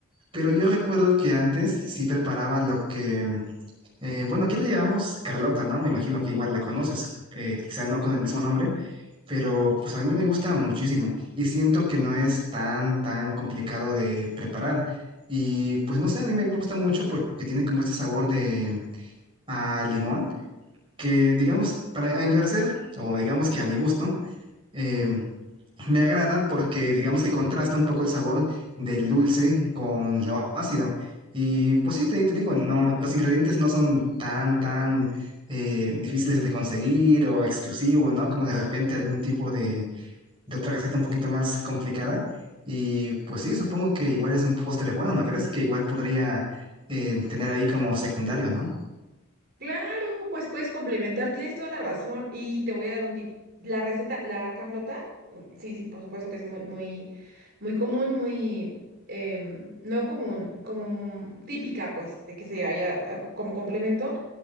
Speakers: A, on the right; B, on the right.
A: Pero yo recuerdo que antes sí preparaba lo que, eh, bueno, aquí le llamamos Carlota, ¿no? Me imagino que igual la conoces, eh, quizá no con el mismo nombre, pero pues a mí me gusta muchísimo y siento que no es tan, tan complicado de preparar. Y pues no sé, a mí me gusta mucho porque tiene como este sabor de a limón, que digamos, para a mi parecer, o digamos que a mi gusto, eh, me agrada porque digamos que contrasta un poco el sabor del dulce con lo ácido. Y pues sí, te, te digo, no, los ingredientes no son tan, tan eh, difíciles de conseguir o exclusivos, ¿no? Como de repente algún tipo de, de otra receta un poquito más complicada. Y pues sí, supongo que igual es un postre bueno, ¿no crees? Que igual podría eh, tener ahí como secundario, ¿no?
B: Claro, pues puedes complementar, tienes toda la razón y te voy a dar un tip. La receta, la Carlota, mm, sí, sí, por supuesto que es muy, muy, muy común, muy, em, no común, como mm, típica, pues, de que se haya ah, como complemento.